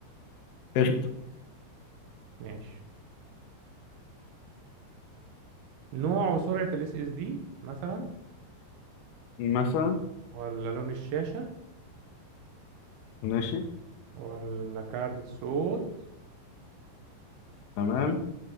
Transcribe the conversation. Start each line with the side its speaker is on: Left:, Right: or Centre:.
Left: قشطة
Right: ماشي نوع وسرعة الاس اس دي مثلا
Left: مثلا
Right: ولا لون الشاشة
Left: ماشي
Right: ولا كارت الصوت
Left: تمام